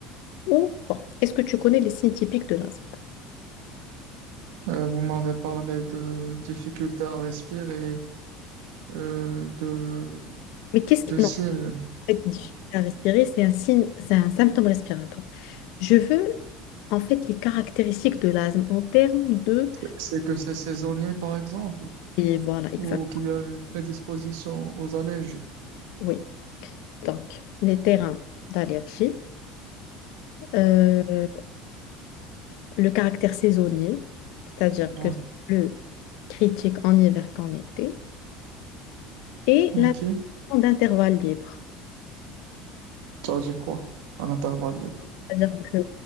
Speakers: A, on the left; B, on the right.
A: ou pas. Est-ce que tu connais les signes typiques de l'asthme?
B: Euh, vous m'avez parlé de difficultés à respirer, euh, de,
A: Mais qu'est-ce
B: de
A: que...
B: ciel.
A: Non, en fait, difficulté
B: Ouais.
A: à respirer, c'est un signe, c'est un symptôme respiratoire. Je veux, en fait, les caractéristiques de l'asthme en termes de...
B: C'est c'est que c'est saisonnier, par exemple,
A: Et voilà, exact.
B: ou qu'il y a une prédisposition aux allergies.
A: Oui. Donc, les terrains d'allergie. euh, le caractère saisonnier, c'est-à-dire que
B: Ouais.
A: c'est plus critique en hiver qu'en été, et
B: Ok.
A: la notion d'intervalle libre,
B: Ça veut dire quoi? Un intervalle libre.
A: c'est-à-dire que